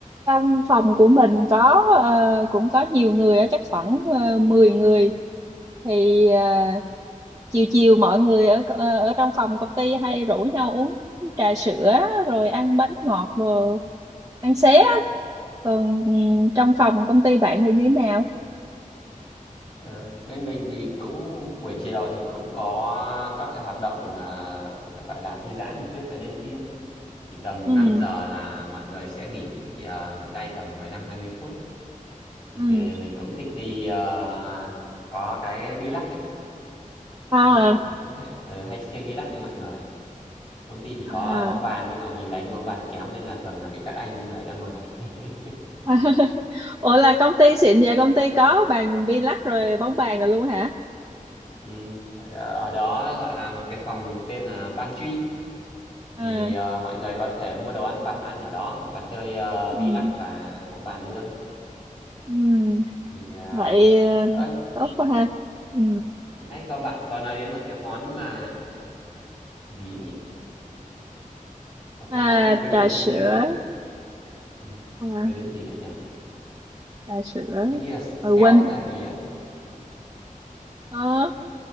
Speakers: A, on the right; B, on the left.
A: trong phòng của mình có ờ, cũng có nhiều người á, chắc khoảng uh, 10 người thì ờ, chiều chiều mọi người ở ờ, ở trong phòng công ty hay rủ nhau uống trà sữa rồi ăn bánh ngọt rồi ăn xé á. còn ừ, trong phòng công ty bạn thì như thế nào
B: Ờ, bên mình thì cũng buổi chiều thì cũng có các cái hoạt động à, gọi gọi là thư giãn một chút cho nhân viên thì tầm
A: ừ
B: 5 giờ là mọi người sẽ nghỉ à, nghỉ tay tầm mười lăm hai mươi phút thì,
A: ừ
B: tề- mình cũng thích đi à, có cái bi lắc ấy
A: à
B: thì mình cũng hay, ừ, hay chơi bi lắc với mọi người công ty thì có
A: à
B: bóng bàn nhưng mà mình đánh bóng bàn kém nên là thường là bị các anh đuổi ra ngoài <laughs>
A: <laughs> ủa là công ty xịn vậy công ty có bàn bi lắc rồi bóng bàn rồi luôn hả
B: ừ. ở ở đó gọi là một cái phòng tên là pantry
A: à
B: thì ờ, mọi người có thể mua đồ ăn vặt ăn ở đó hoặc là chơi ờ,
A: ừ
B: bi lắc và bóng bàn luôn
A: ừ
B: thì ờ,
A: vậy ờ,
B: ơ,
A: tốt quá ha ừ
B: nãy có bạn có nói đến một cái món là gì ấy nhỉ có cái
A: à,
B: món cuối
A: trà
B: cùng
A: sữa
B: trong danh sách ừ.
A: à,
B: rồi đến gì nữa nhỉ
A: trà sữa
B: hình như là xéo
A: rồi quên
B: hay là gì á
A: ờ,